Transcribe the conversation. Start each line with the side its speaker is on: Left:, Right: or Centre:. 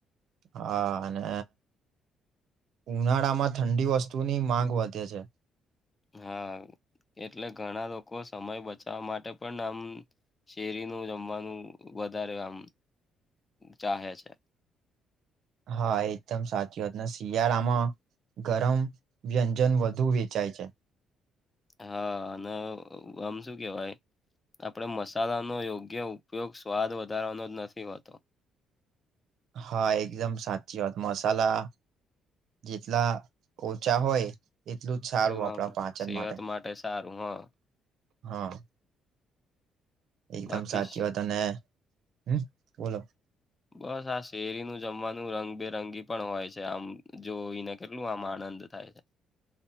Right: હા અને ઉનાળામાં ઠંડી વસ્તુની માંગ વધે છે.
Left: હા એટલે ઘણા લોકો સમય બચાવા માટે પણ આમ શેરીનું જમવાનું વધારે આમ ચાહે છે.
Right: હા એકદમ સાચી વાતને શિયાળામાં ગરમ વ્યંજન વધુ વેચાય છે.
Left: હા અને આમ શું કેવાય? આપણે મસાલાનો યોગ્ય ઉપયોગ સ્વાદ વધારવાનો જ નથી હોતો.
Right: હા, એકદમ સાચી વાત, મસાલા જેટલા ઓછા હોય એટલું જ સારું આપડા
Left: આમ
Right: પાચન
Left: સેહત
Right: માટે.
Left: સારું હા
Right: હા. એકદમ
Left: બાકી
Right: સાચી વાત અને, હમ્મ બોલો.
Left: બસ આ શેરીનું જમવાનું રંગબેરંગી પણ હોય છે, આમ જોઈને કેટલું આમ આનંદ થાય છે.